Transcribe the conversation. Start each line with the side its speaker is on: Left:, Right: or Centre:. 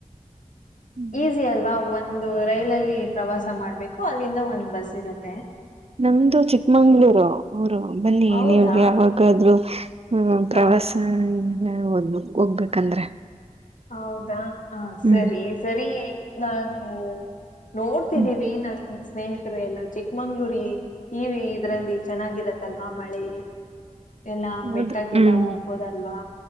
Right: ಹ್ಮ್
Left: ಈಸಿ ಅಲ್ವಾ ಒಂದು ರೈಲ ಅಲ್ಲಿ ಪ್ರವಾಸ ಮಾಡ್ಬೇಕು ಅಲ್ಲಿಂದ ಒಂದ್ ಬಸ್ ಇರುತ್ತೆ.
Right: ನಮ್ದು ಚಿಕ್ಕಮಂಗಳೂರು ಊರು ಬನ್ನಿ
Left: ಹೌದಾ
Right: ನಿಮಗೆ ಯಾವಾಗಾದ್ರೂ ಪ್ರ
Left: ಆ,
Right: ವಾಸ ಎಲ್ಲಾ ಹೋಗ್ಬೇಕಂದ್ರೆ
Left: ಹೌದಾ ಹ
Right: ಹ್ಮ್
Left: ಸರಿ ಸರಿ ನಾನು. ನೋಡ್ತಿದೀವಿ
Right: ಹ್ಮ್
Left: ನನ್. ಸ್ನೇಹಿತ್ರು ಎಲ್ಲ ಚಿಕ್ಕಮಂಗ್ಳೂರಿ ಈ ಇದ್ರಲ್ಲಿ ಚೆನ್ನಾಗಿರತ್ತಲ್ವಾ ಮಳೆಲಿ. ಎಲ್ಲ
Right: ಹೌದು
Left: ಬೆಟ್ಟಕ್ಕೆಲ್ಲ
Right: ಹ್ಮ್
Left: ಹೋಗ್ಬೊದಲ್ವಾ.